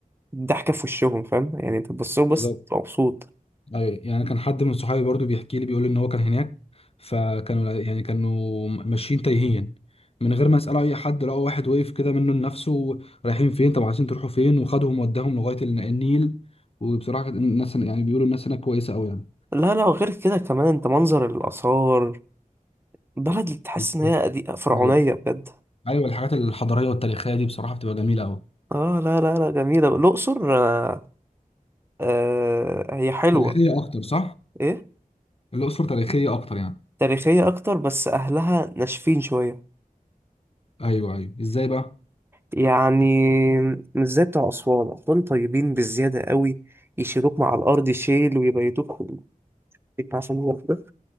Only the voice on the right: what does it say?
الضحكه في وشهم فاهم يعني انت تبص لهم
بس تبقى مبسوط
لا لا وغير كده كمان انت منظر الاثار بلد اللي تحس
ان هي قديمة فرعونيه
بجد
اه لا لا لا جميله الاقصر آه آه هي حلوه
ايه
تاريخية أكتر بس أهلها ناشفين شوية
يعني مش زي بتوع أسوان أسوان طيبين بالزيادة قوي يشيلوك مع الأرض شيل ويبيتوك في البيت عشان واحدة